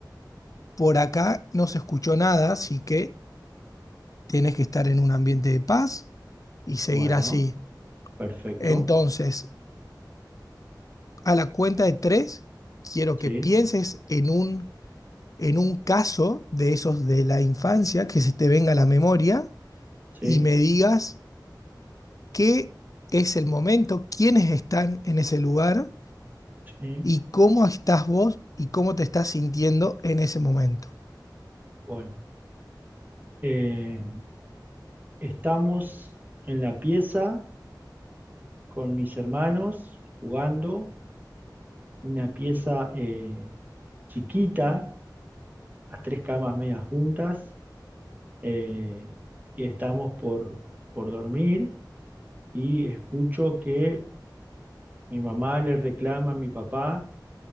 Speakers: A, on the left (about 50°); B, on the right (about 25°).
A: por acá no se escuchó nada, así que tenés que estar en un ambiente de paz y seguir
B: Bueno,
A: así.
B: perfecto,
A: Entonces, a la cuenta de tres, quiero
B: sí,
A: que pienses en un, en un caso de esos de la infancia que se te venga a la memoria
B: sí,
A: y me digas qué es el momento, quiénes están en ese lugar
B: sí,
A: y cómo estás vos y cómo te estás sintiendo en ese momento.
B: bueno. Eh, Estamos en la pieza con mis hermanos jugando, una pieza eh, chiquita, las tres camas medias juntas, eh, y estamos por, por dormir y escucho que mi mamá le reclama a mi papá